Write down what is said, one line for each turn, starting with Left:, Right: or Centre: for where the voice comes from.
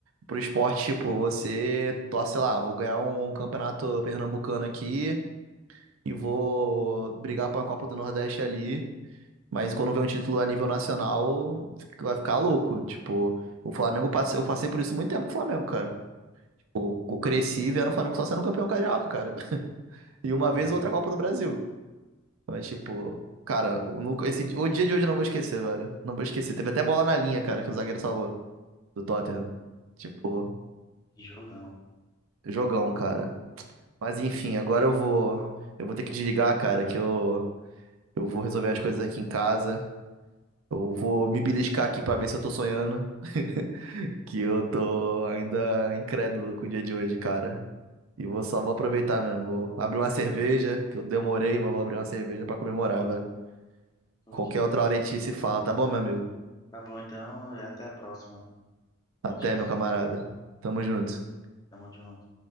Right: pro esporte, tipo, você torce lá, vou ganhar um campeonato pernambucano aqui... e vou brigar pra uma Copa do Nordeste ali. Mas quando vem um título a nível nacional, vai ficar louco. Tipo, o Flamengo, passe- eu passei por isso muito tempo com o Flamengo, cara. Eu eu cresci vendo o Flamengo só sendo campeão carioca, cara. <laughs> E uma
Left: Uhum.
Right: vez outra Copa do Brasil. Mas, tipo, cara, eu nunca- esse, o dia de hoje eu não vou esquecer, velho. Não vou esquecer. Teve até bola na linha, cara, que o zagueiro salvou do Tottenham. Tipo,
Left: Que Jogão.
Right: jogão, cara. Mas enfim, agora eu vou. Eu vou ter que desligar, cara, que eu, eu vou resolver as coisas aqui em casa. Eu vou me beliscar aqui pra ver se eu tô sonhando, <laughs> que eu tô ainda incrédulo com o dia de hoje, cara. E vou só vou aproveitar
Left: Uhum.
Right: mesmo. Vou abrir uma cerveja, que eu demorei, mas vou abrir uma cerveja pra comemorar, velho.
Left: Pô,
Right: Qualquer
Left: Que
Right: outra
Left: top.
Right: hora a gente se fala, tá bom, meu amigo?
Left: Tá bom, então, e até a próxima.
Right: Até,
Left: Bom descanso.
Right: meu camarada. Tamo junto.
Left: Tamo junto.